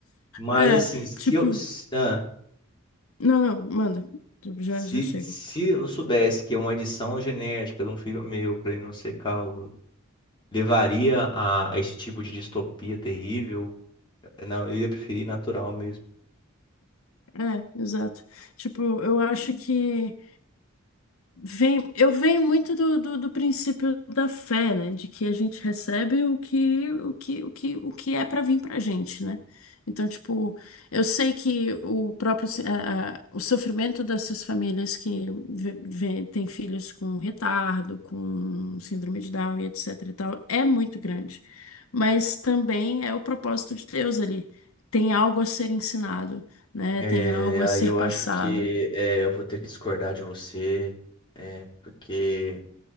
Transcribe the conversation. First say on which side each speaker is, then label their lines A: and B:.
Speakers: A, on the left (about 25°); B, on the left (about 80°).
A: Mas
B: É,
A: assim, se
B: tipo,
A: eu. se- ah,
B: não, não, manda. Tipo, Já,
A: Se,
B: já chega.
A: se eu soubesse que uma adição genética de um filho meu para ele não ser calvo levaria a, a esse tipo de distopia terrível, não, eu ia preferir natural mesmo.
B: É, exato. Tipo, eu acho que Vem, eu venho muito do, do, do princípio da fé, né? De que a gente recebe o que o que o que, o que é para vir pra gente, né? Então, tipo, eu sei que o próprio se- a- a- o sofrimento dessas famílias que ve- ve- têm filhos com retardo, com síndrome de Down e etc e tal, é muito grande. Mas também é o propósito de Deus ali. Tem algo a ser ensinado, né?
A: É,
B: Tem algo a
A: aí
B: ser
A: eu
B: passado.
A: acho que é, eu vou ter que discordar de você, é, porque